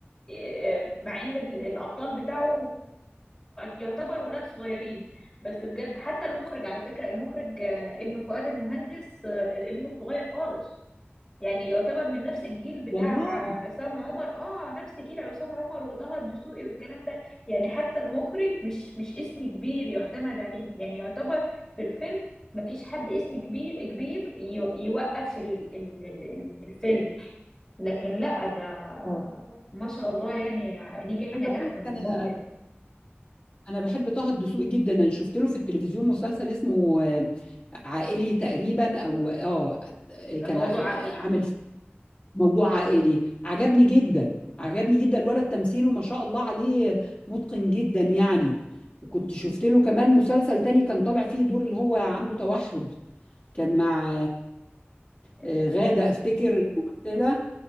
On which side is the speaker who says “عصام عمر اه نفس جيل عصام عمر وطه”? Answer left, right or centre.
Left